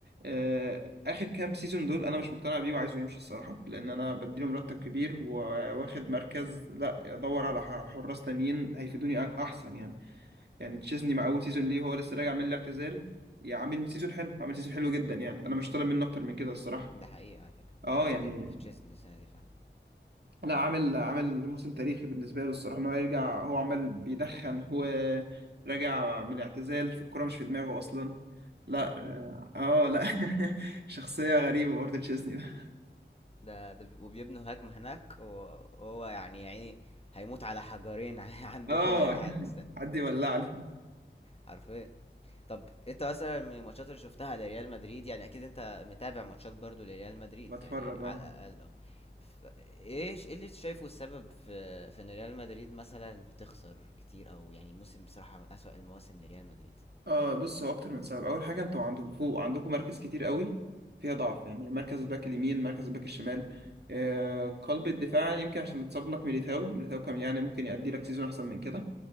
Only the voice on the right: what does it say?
آه، اخر كام سيزون دول انا مش مقتنع بيه وعايزه يمشي الصراحه لان انا بديله مرتب كبير وواخد مركز لا ادور
على حراس تانيين هيفيدوني أك- احسن يعني يعني تشيزني مع اول سيزون ليه وهو لسه راجع من الاعتزال يعني عامل سيزون حلو عامل سيزون حلو جدا يعني انا مش طالب منه اكتر من كده الصراحه
اه
يعني
لا عامل عامل موسم تاريخي بالنسبه له الصراحه ان هو يرجع هو عمال بيدخن هو راجع من الاعتزال في الكوره مش في دماغه اصلا لا اه آه، لا <laughs> شخصيه غريبه برضه تشيزني ده
اه
<laughs> حد يولع له
بتفرج
اه
اه بص هو اكتر من سبب اول حاجه انتوا عندكم فوق عندكم مراكز كتير قوي فيها ضعف يعني مركز الباك اليمين مركز الباك الشمال
آه قلب الدفاع يمكن عشان متصاب لك ميليتاو ميليتاو كان يعني ممكن يأدي لك سيزون احسن من كده